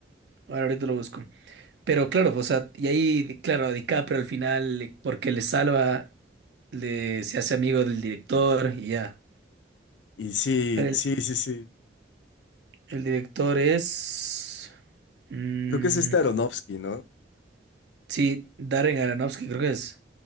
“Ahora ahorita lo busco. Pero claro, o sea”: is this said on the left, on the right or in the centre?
Right